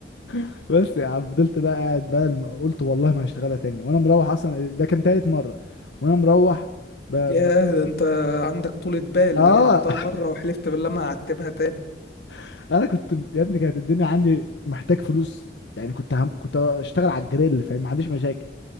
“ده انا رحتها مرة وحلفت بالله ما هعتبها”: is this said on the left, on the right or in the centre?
Left